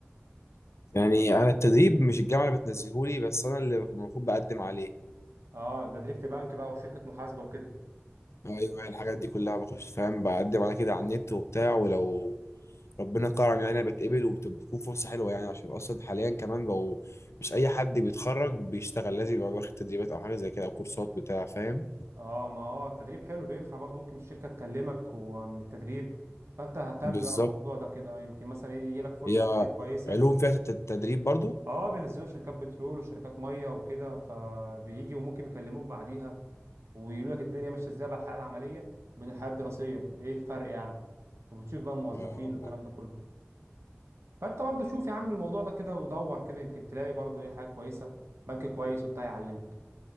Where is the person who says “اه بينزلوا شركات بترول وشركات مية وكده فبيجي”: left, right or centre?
Right